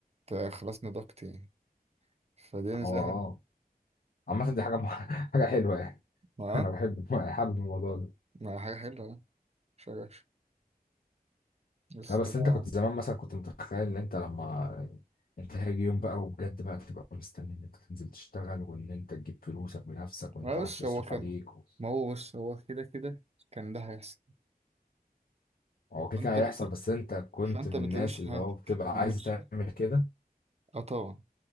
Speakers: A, on the right (about 40°); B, on the left (about 65°).
A: انت خلاص نضجت يعني فدي نزاهة
B: <laughs> هو اه عامة دي حاجة <laughs> مح- حاجة حلوة يعني
A: ما
B: انا بحب حابب الموضوع ده.
A: ما حاجة حلوة اه. مش وحش. بس
B: لا بس
A: طبعا
B: انت كنت زمان مثلا كنت متخيل ان انت لما انت هيجي يوم بقى وبجد بقى تبقى مستني ان انت تنزل تشتغل وان انت تجيب فلوسك بنفسك وان
A: ما
B: انت محدش
A: بص
B: يصرف
A: هو كان
B: عليك و-
A: ما هو بص هو كده كده كان ده هيحصل
B: هو كده
A: فانت
B: كده هيحصل
A: بت...
B: بس انت كنت
A: فانت
B: من
A: بتعيش
B: الناس اللي
A: حياتك
B: هو بتبقى
A: بت-
B: عايز تعمل كده
A: اه طبعا